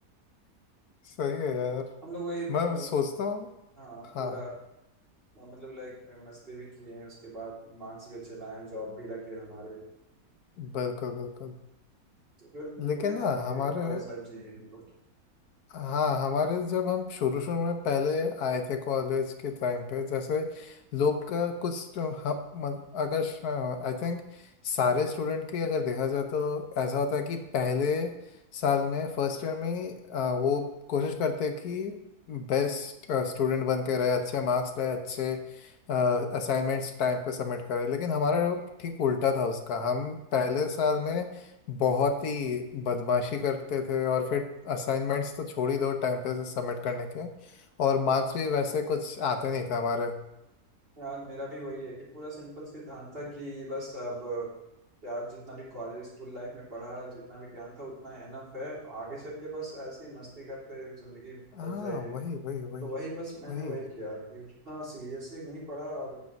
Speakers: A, on the left; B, on the right.
A: सही है यार
B: हम लोग वही अ,
A: मैं सोचता हूँ
B: हाँ
A: हाँ
B: पूरा अ, मतलब लाइक मस्ती भी किए हैं उसके बाद मार्क्स भी अच्छे लाए हैं जॉब भी लग गए हमारे
A: बिल्कुल बिल्कुल
B: तो फिर
A: लेकिन
B: पूरी
A: ना
B: जिंदगी
A: हमारे
B: कॉलेज लाइफ जी है हम लोग
A: हाँ हमारे जब हम शुरू शुरू में पहले आए थे कॉलेज के टाइम पे जैसे लोग का कुछ तो हम मन- अगर आई थिंक सारे स्टूडेंट की अगर देखा जाए तो ऐसा होता है कि पहले साल में फर्स्ट ईयर में ही अ, वो कोशिश करते हैं कि बेस्ट स्टूडेंट बन के रहे अच्छे मार्क्स लाए अच्छे असाइनमेंट्स टाइम पे सबमिट करें लेकिन हमारा ठीक उल्टा था उसका हम पहले साल में बहुत ही बदमाशी करते थे और फिर असाइनमेंट्स तो छोड़ ही दो टाइम पे से सबमिट करने के और मार्क्स भी वैसे कुछ आते नहीं थे हमारे
B: यार मेरा भी वही है कि पूरा सिंपल सिद्धांत था कि बस अब यार जितना भी कॉलेज स्कूल लाइफ में पढ़ा जितना भी ज्ञान था उतना एनफ है आगे चल के बस ऐसी मस्ती करते जिंदगी
A: हाँ
B: कट जाएगी
A: वही वही वही
B: तो वही बस मैंने
A: वही
B: वही किया कि उतना सीरियसली नहीं पढ़ा और